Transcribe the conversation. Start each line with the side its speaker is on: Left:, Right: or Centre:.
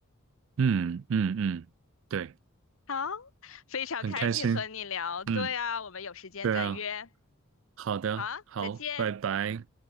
Right: 嗯嗯嗯嗯嗯，对，
Left: 好，非常开心和你聊。
Right: 很开心。
Left: 对啊，
Right: 嗯。
Left: 我们有时间再约。
Right: 对啊，好的，
Left: 好啊，
Right: 好，
Left: 再见。
Right: 拜拜。